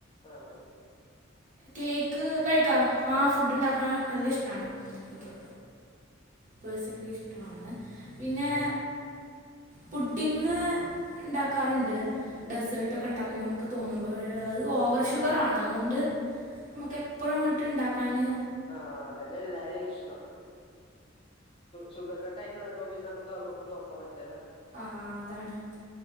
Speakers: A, on the left; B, on the right.
A: ആഹ് അത്
B: കേക്ക് കഴിക്കാ ആ ഫുഡ്ണ്ടാക്കാ നല്ല ഇഷ്ടാണ് ഇനിക്ക്
A: ആഹ്
B: പേഴ്സണലി ഇഷ്ടാണ് പിന്നെ പുഡ്ഢിങ്ങ് ഇണ്ടാക്കാറ്ണ്ട് ഡെസേർട്ട്
A: ഉം
B: ഒക്കെ ഇണ്ടാക്കും നമുക്ക് തോന്നുമ്പോഴ് അത് ഓവർ ഷുഗറാണ് അതുകൊണ്ട് നമക്ക് എപ്പോഴും അങ്ങോട്ട് ഇണ്ടാക്കാന്
A: ആഹ് അതന്നെ എല്ലാരേ ഇഷ്ണം ഷുഗർ കട്ട് ആയിട്ട് നടക്കുമ്പോ പിന്നെ നമുക്ക് അത് മ ക്കൊന്നും നോകാൻ പറ്റില്ലല്ല
B: ആഹ് അതാണ്